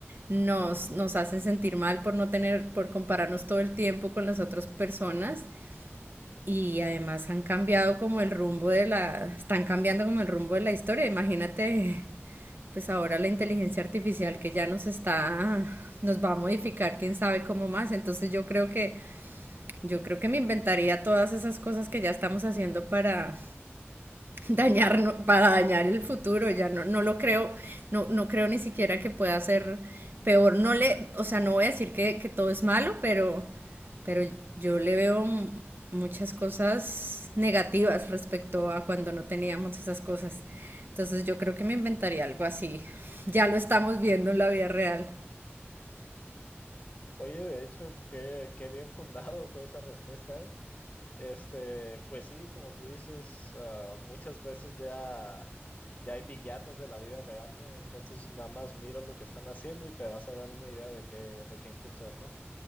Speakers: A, on the right; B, on the left.
A: Nos, nos hacen sentir mal por no tener, por compararnos todo el tiempo con las otras personas y además han cambiado como el rumbo de la, están cambiando como el rumbo de la historia. Imagínate, pues ahora la inteligencia artificial que ya nos está, nos va a modificar, quién sabe cómo más. Entonces yo creo que, yo creo que me inventaría todas esas cosas que ya estamos haciendo para, dañar, no, para dañar el futuro, ya no, no lo creo, no, no creo ni siquiera que pueda ser peor. No le, o sea, no voy a decir que, que todo es malo, pero, pero yo le veo muchas cosas negativas respecto a cuando no teníamos esas cosas. Entonces yo creo que me inventaría algo así. Ya lo estamos viendo en la vida real,
B: Oye, de hecho, qué, qué bien fundado fue esa respuesta, ¿eh? Este, pues sí, como tú dices, ah, muchas veces ya, ya hay villanos de la vida real, ¿no? Entonces nada más mira lo que están haciendo y te vas a dar una idea de qué, de qué impulsar, ¿no?